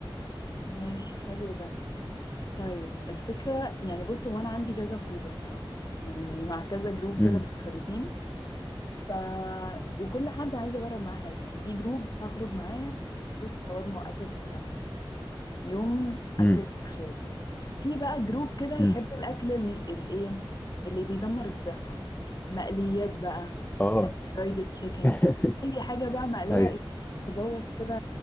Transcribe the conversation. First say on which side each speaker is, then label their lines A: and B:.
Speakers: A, on the left (about 45°); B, on the left (about 20°).
A: ماشي حلو ده طيب الفكرة يعني بص هو أنا عندي كذا خروجة الصراحة يعني مع كذا جروب
B: امم
A: كده مختلفين ف وكل حد عايز أجرب معاه حاجة يعني في جروب هخرج معاه نشوف حوار مع أكلة السمك ده يوم أكلة
B: امم
A: المشاوي في بقى جروب كده يحب
B: امم
A: الأكل ال- الإيه اللي بيدمر الصحة مقليات بقى
B: اه
A: فرايد تشيكن
B: <laughs>
A: أي حاجة بقى مقلية
B: ايوه
A: إيه تبوظ كده